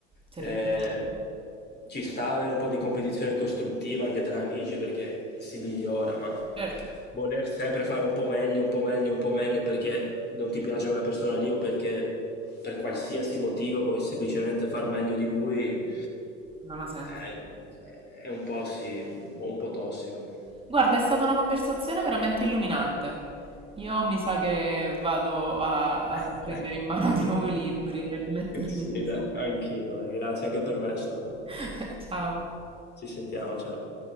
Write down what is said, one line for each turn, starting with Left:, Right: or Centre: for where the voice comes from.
Right: terribilmente.
Left: Eh, ci sta avere un po' di competizione costruttiva anche tra amici perché si migliora, ma
Right: Certo,
Left: voler sempre fare un po' meglio, un po' meglio, un po' meglio perché non ti piace quella persona lì o perché per qualsiasi motivo vuoi semplicemente far meglio di lui,
Right: non ha senso.
Left: eh, è un po', sì, un po' tossico.
Right: Guarda, è stata una conversazione veramente illuminante. Io mi sa che vado a,
Left: <laughs>
Right: a prendere in mano di nuovo i libri e rimettermi
Left: Sì, dai,
Right: su.
Left: anch'io, dai, grazie, anche per me è stato.
Right: <laughs> Ciao.
Left: Ci sentiamo, ciao.